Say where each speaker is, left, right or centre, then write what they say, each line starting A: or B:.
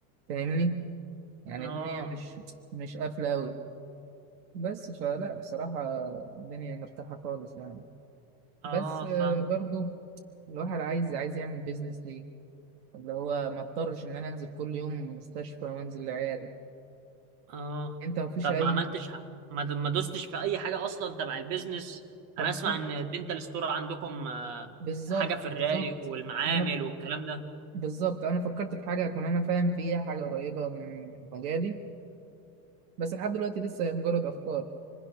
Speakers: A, on the right; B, on the right.
A: فاهمني يعني
B: اه
A: الدنيا مش مش قافله قوي بس فلا بصراحه الدنيا مرتاحه خالص يعني
B: اه
A: بس آه،
B: فاهمه
A: برضو الواحد عايز عايز يعمل بيزنس ليه اللي هو ما اضطرش ان انا انزل كل يوم مستشفى وانزل العياده
B: اه
A: انت ما فيش
B: طب
A: اي
B: ما عملتش ح- ما د- ما دوستش في اي حاجه اصلا تبع البيزنس
A: فكرت
B: انا اسمع ان الدنتال ستور عندكم آه،
A: بالظبط
B: حاجه في الرايق
A: بالظبط
B: والمعامل
A: انا
B: والكلام ده
A: بالظبط انا فكرت في حاجه اكون انا فاهم فيها حاجه قريبه من مجالي بس لحد دلوقتي لسه مجرد افكار